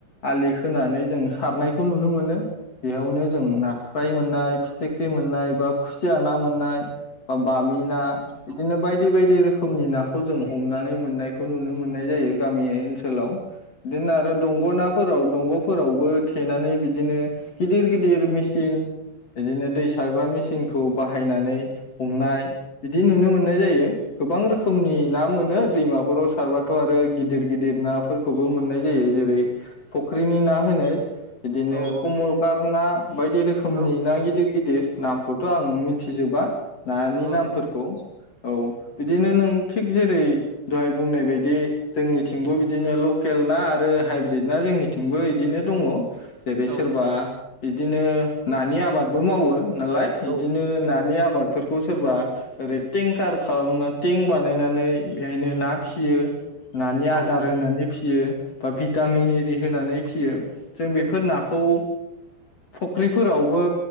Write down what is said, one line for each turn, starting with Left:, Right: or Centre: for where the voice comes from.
Left: आलि खोनानै जों सारनायखौ नुनो मोनो बेयावनो जों नास्राय मोन्नाय फिथिख्रि मोन्नाय बा खुसिया ना मोन्नाय बा बामि ना बिदिनो बायदि बायदि रोखोमनि नाखौ जों हमनानै मोननायखौ नुनो मोन्नाय जायो गामि ओनसोलाव बिदिनो आरो दंगनाफोराव दंगफोरावबो थेनानै बिदिनो गिदिर गिदिर मेसिन बिदिनो दै साग्रा मेसिन सिंखौ बाहायनानै हमनाय बिदि नुनो मोननाय जायो गोबां रोखोमनि ना मोनो दैमाफोराव सारबाथ' आरो गिदिर गिदिर नाफोरखौबो मोननाय जायो जेरै फख फुख्रिनि ना होनो बिदिनो
Right: औ औ
Left: कमल कार ना बायदि रोखोमनि
Right: औ
Left: ना गिद गिदिर गिदिर नामखौथ' आं मिथिजोबा नानि
Right: नंगौ
Left: नामफोरखौ औ बिदिनो नों थिग जेरै दहाय बुंनाय बायदि जोंनिथिंबो बिदिनो लकेल ना आरो हाइब्रिद ना जोंनिथिंबो बिदिनो दङ जेरै
Right: औ
Left: सोरबा बिदिनो नानि आबाद बो मावो नालाय बिदिनो
Right: औ नंगौ औ
Left: नानि आबादफोरखौ सोरबा ओरै टेंकार खालामना टेंक बान बानायनानै बेहायनो ना फिसियो नानि
Right: औ
Left: आदार होनानै फियो बा भिटामिन एरि होनानै फियो जों बेफोर नाखौ फुख्रिफोरावबो